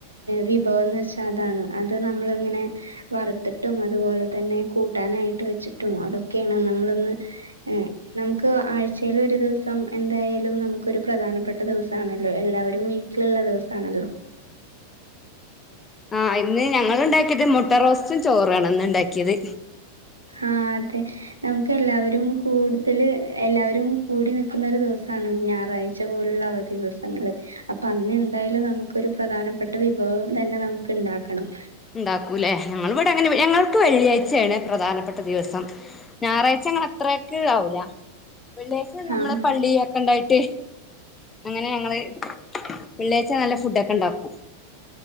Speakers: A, on the right; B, on the left.
A: വിഭവംന്നച്ചാ അതാണ് അത് നമ്മളിങ്ങനെ വറ ത്തിട്ടും അതുപോലെ തന്നെ കൂട്ടാനായിട്ട് വെച്ചിട്ടും അതൊക്കെയാണ് നമ്മള്ന്ന് ഏ നമുക്ക് ആഴ്ചല് ഒരു ദിവസം എന്തായാലും നമുക്കൊരു പ്രധാനപ്പെട്ട ദിവസാണല്ലോ എല്ലാവരും വീ ട്ട്ലിള്ള ദിവസാണല്ലോ.
B: ആഹ് ഇന്ന് ഞങ്ങള് ഇണ്ടാക്കേത് മുട്ട റോസ്റ്റും ചോറാണ് ഇന്ന് ഇണ്ടാക്കിയത്.
A: ആഹ് അതെ. നമുക്ക് എല്ലാവരും കൂടുതല് എല്ലാവരും കൂടി നിക്കുന്ന ഒരു ദിവസാണ് ഞായറാഴ്ച പോലുള്ള അവധി. ദിവസങ്ങള്. അപ്പൊ അന്ന് എന്തായാലും നമുക്കൊരു പ്രധാനപ്പെട്ട വിഭവം തന്നെ നമുക്ക് ഇണ്ടാക്കണം.
B: ഇണ്ടാക്കൂല്ലേ ഞങ്ങള്ടെ അങ്ങനെ ഞങ്ങൾക്ക് വെള്ളിയാഴ്ചയാണ് പ്രധാനപ്പെട്ട ദിവസം. ഞായറാഴ്ച അങ്ങള് അത്രക്ക് ഇതാവൂല വെള്ള്യഴ്ച നമ്മളെ
A: ആഹ്
B: പള്ളി ഒക്കണ്ടായിട്ട്. അങ്ങനെ ഞങ്ങള് വെള്ള്യഴച്ച നല്ല ഫുടൊക്കെ ഇണ്ടാക്കും.